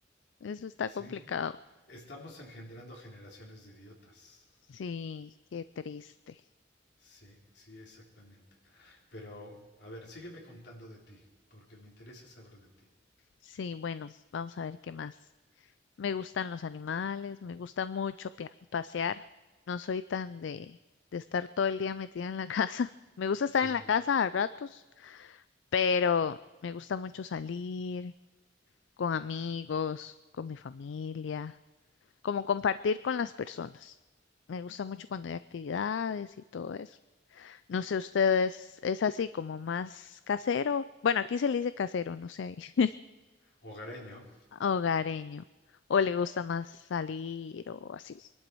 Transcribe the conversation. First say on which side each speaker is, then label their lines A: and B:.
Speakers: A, on the left; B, on the left.
A: eso está
B: Sí,
A: complicado.
B: estamos engendrando generaciones de idiotas.
A: Sí, qué triste.
B: Sí, sí, exactamente. Pero, a ver, sígueme contando de ti, porque me interesa saber de ti.
A: Sí, bueno, vamos a ver qué más. Me gustan los animales, me gusta mucho pia- pasear. No soy tan de, de estar todo el día metida en la <laughs> casa. Me gusta estar
B: Sí,
A: en la casa a ratos, pero me gusta mucho salir con amigos, con mi familia. como compartir con las personas. Me gusta mucho cuando hay actividades y todo eso. No sé, ustedes es así como más casero. Bueno, aquí se le dice casero, no sé, ahí. <laughs>
B: hogareño.
A: hogareño. O le gusta más salir o así.